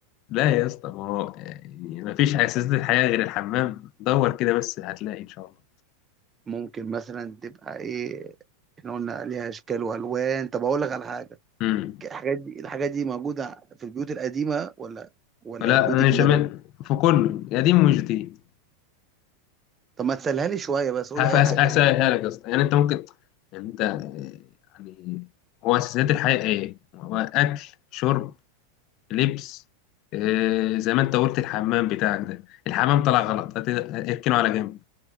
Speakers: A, on the left; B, on the right.
A: لا يا اسطى ما هو يعني ما فيش اساس للحياه غير الحمام دور كده بس هتلاقي ان شاء الله
B: ممكن مثلا تبقى إيه احنا قلنا ليها اشكال والوان طب اقول لك على حاجه
A: امم
B: الحاجات دي الحاجات دي موجوده في البيوت القديمه ولا ولا
A: لا
B: البيوت
A: مش
B: الجديده
A: هعمل-
B: بس
A: في كله قديم ومش جديد
B: طب ما تسهلها لي شويه بس قولي
A: هفأس-
B: اي حاجه كده
A: هسهلها لك يا اسطى يعني انت ممكن يعني انت آه، يعني هو اساسيات الحياه ايه هو اكل شرب لبس آه، زي ما انت قلت الحمام بتاعك ده الحمام طلع غلط هت- اركنه على جنب